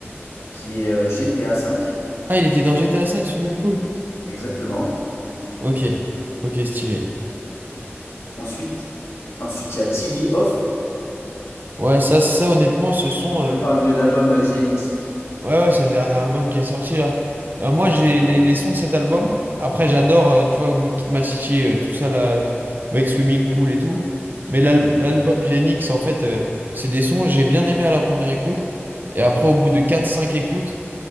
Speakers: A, on the left; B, on the right.
A: qui est euh, GTA V.
B: Ah, il était dans GTA V, Swimming Pool?
A: Exactement.
B: Ok, ok, stylé.
A: Ensuite, ensuite, il y a TV Off.
B: Ouais, ça, ça honnêtement, ce son. euh,
A: Je parle de l'album euh, GNX.
B: Ouais, ouais, c'est le dernier album qui est sorti là. Euh, moi,
A: Exactement.
B: j'ai les, les sons de cet album. Après, j'adore, euh, tu vois, Good Kid Mad City, euh, tout ça là, avec Swimming Pool et tout. Mais l'al- l'album
A: Ouais.
B: Genix, en fait, euh, c'est des sons que j'ai bien aimé à la première écoute. Et après, au bout de quatre cinq écoutes,